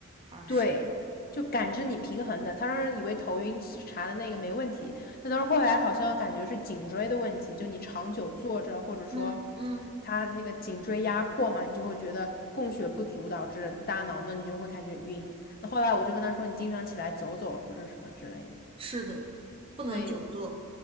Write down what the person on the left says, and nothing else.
对，就感知你平衡的。他当时以为头晕查的那个没问题，那当时后来好像感觉是颈椎的问题，就你长久坐着，或者说
他那个颈椎压迫嘛，你就会觉得供血不足导致你大脑，那你就会感觉晕。那后来我就跟他说，你经常起来走走或者什么之类的。
所以